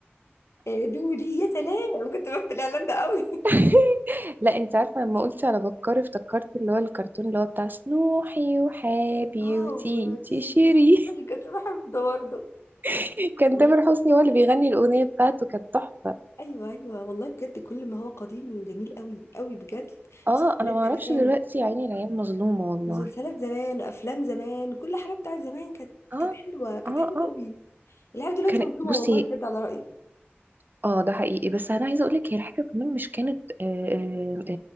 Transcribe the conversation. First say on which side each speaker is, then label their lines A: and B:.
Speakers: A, on the left (about 80°); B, on the right (about 45°).
A: آه، دولي يا سلام كنت بحب الإعلان ده قوي <laughs>
B: <laughs> لا انت عارفة لما قلت على بكار افتكرت اللي هو الكرتون اللي هو بتاع سنوحي وحابي
A: اه
B: وتي
A: وتيتي
B: تشيري
A: تيتي، كنت بحب ده برضه
B: <laughs> كان
A: والله.
B: تامر حسني هو اللي بيغني الاغنية بتاعته كانت تحفة
A: ايوه ايوه والله بجد كل ما هو قديم جميل قوي قوي بجد
B: اه
A: مسلسلات
B: انا ما اعرفش
A: زمان
B: دلوقتي يا عيني العيال مظلومة والله
A: مسلسلات زمان افلام زمان كل حاجه بتاعت زمان كانت
B: اه
A: كانت حلوه كانت
B: اه
A: حلوه
B: اه
A: قوي العيال دلوقتي
B: كان
A: مظلومه
B: بصي
A: والله بجد على رايي
B: اه ده حقيقي بس انا عايزه اقول لك هي الحاجه كمان مش كانت آه، آه،